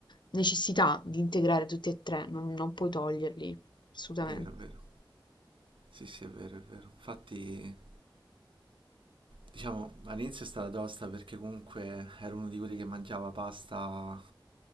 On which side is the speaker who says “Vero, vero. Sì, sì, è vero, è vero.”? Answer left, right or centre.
Right